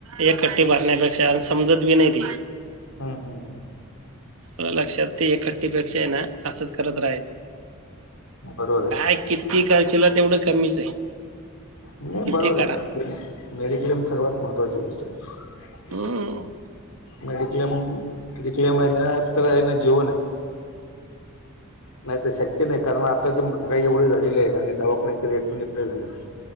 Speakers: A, on the right; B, on the left.
A: एखट्टी भरण्यापेक्षा आणि समजत बी नाही ती.
B: हा हा हम्म.
A: लक्षात ते एखट्टीपेक्षा आहे ना असंच करत राहायचं.
B: बरोबर आहे.
A: काय किती करशीला तेवढं कमीच आहे.
B: नाही बरोबर
A: किती
B: आहे
A: करा
B: ना ते मेडिक्लेम सर्वात महत्त्वाची गोष्ट आहे.
A: हम्म.
B: मेडिक्लेम मेडिक्लेम आहे ना तर ना जीवन आहे. नाही ते शक्य नाही, कारण आताची महागाई एवढी झालेली आहे आणि दवाखान्याचे रेट पण एवढे झालेत.